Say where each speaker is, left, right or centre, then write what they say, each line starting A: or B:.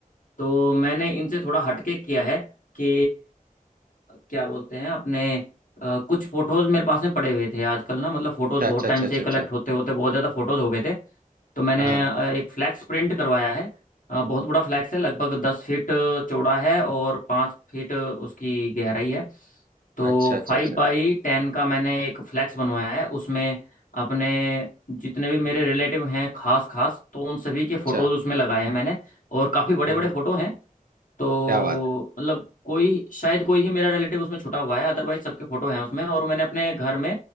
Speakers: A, on the left; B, on the right.
A: तो मैंने इनसे थोड़ा हटके किया है कि क्या बोलते हैं अपने अ, कुछ फोटोज मेरे पास में पड़े हुए थे आजकल ना मतलब फोटोज बहुत
B: अच्छा अच्छा अच्छा
A: टाइम
B: अच्छा
A: से कलेक्ट
B: अच्छा
A: होते होते बहुत ज़्यादा फोटोज हो गए थे तो मैंने
B: हाँ हाँ,
A: अ, एक फ्लैक्स प्रिंट करवाया है अ, बहुत बड़ा फ्लैक्स है लगभग दस फीट चौड़ा है और पाँच फीट उसकी गहराई है तो
B: अच्छा अच्छा
A: फाइव
B: अच्छा
A: बाई टेन का मैंने एक फ्लैक्स बनवाया है उसमें अपने जितने भी मेरे रिलेटिव हैं खास खास तो उन सभी के फोटोज
B: अच्छा
A: उसमें लगाए हैं मैंने और काफ़ी बड़े
B: हाँ
A: बड़े
B: हाँ
A: फोटो हैं तो
B: क्या बात है
A: मतलब कोई शायद कोई ही मेरा रिलेटिव उसमें छुटा हुआ है अदरवाइज सबके फोटो हैं उसमें और मैंने अपने घर में